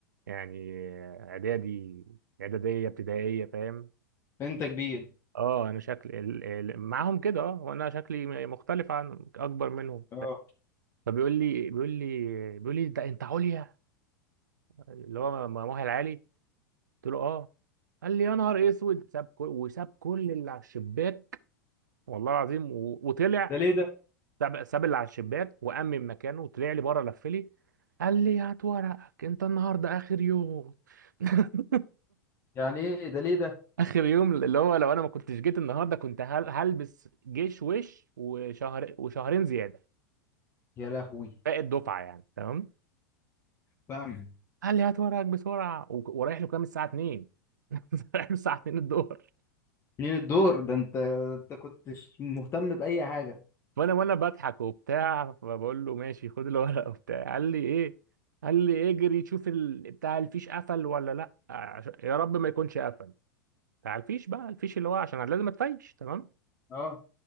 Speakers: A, on the right; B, on the left.
A: يعني اعدادي اعداديه ابتدائيه فاهم
B: انت كبير
A: اه انا شكل ال- ال- معاهم كده اه وانا شكلي مختلف عن اكبر منهم
B: اه
A: فبيقول لي بيقول لي بيقول لي ده انت عليا اللي هو م- مؤهل عالي قلت له اه قال لي يا نهار اسود ساب كل وساب كل اللي على الشباك والله العظيم و- وطلع
B: ده ليه ده
A: ساب ساب اللي على الشباك وامن مكانه وطلع لي بره لف لي قال لي هات ورقك انت النهارده اخر يوم <laughs>
B: يعني ايه ده ليه ده
A: اخر يوم اللي هو لو انا ما كنتش جيت النهارده كنت هل- هلبس جيش وش وشهر وشهرين زياده
B: يا لهوي
A: باقي الدفعه يعني تمام
B: فاهم
A: قال لي هات ورقك بسرعه و- ورايح له كام الساعه 2 <laughs> رايح له الساعه 2 الظهر
B: منين الدور ده انت انت كنتش مهتم باي حاجه
A: فانا وانا بضحك وبتاع فبقول له ماشي خد الورقه وبتاع قال لي ايه قال لي اجري شوف ال... بتاع الفيش قفل ولا لا عش... يا رب ما يكونش قفل بتاع الفيش بقى الفيش اللي هو عشان أنا لازم اتفيش تمام
B: اه